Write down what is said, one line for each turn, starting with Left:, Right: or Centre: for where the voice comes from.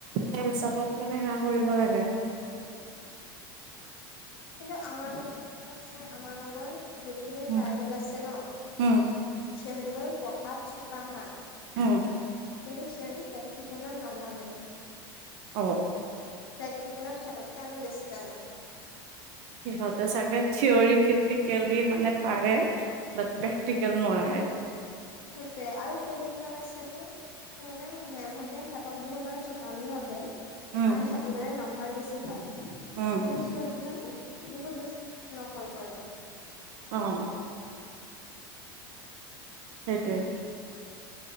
Right: সেই হিচাপত মানে সেয়া কৰিব লাগে।
Left: কিন্তু আমাৰ লগৰ আছে আমাৰ লগৰ যোনখিনি
Right: উম
Left: ট্ৰাইবেল আছে ন।
Right: উম
Left: সিহঁতে বাৰু পঢ়াত চুকা হা,
Right: উম
Left: কিন্তু সিহঁতে প্ৰেক্টিকেলৰ নাজানেই।
Right: হ'ব
Left: প্ৰেক্টিকেলৰ ক্ষেত্ৰতকে আমি বেছি জানোঁ।
Right: সিহঁতে চাগে থিয়ৰী ক্ৰিটিকেলী মানে পাৰে, বাট প্ৰেক্টিকেল নোৱাৰে।
Left: সেইটোয়ে আৰু কেইজনীমান আছেতো তাৰমানে মেমহতে সিহঁতক বহুত মানে চোকা বুলি ভাবে।
Right: উম
Left: তাহাঁতি মানে নাম্বাৰ বেছি পায়। কিন্তু
Right: উম
Left: সিহঁতি মানে বহুত বেছি নকল কৰে।
Right: অহ'। সেইটোৱে।